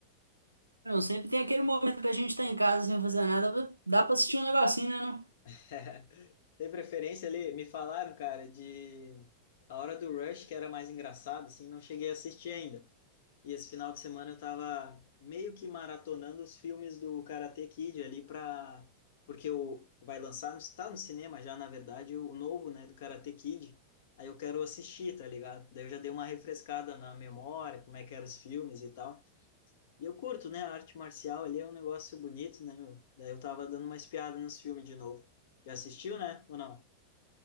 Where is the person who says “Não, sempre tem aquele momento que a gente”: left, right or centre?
Right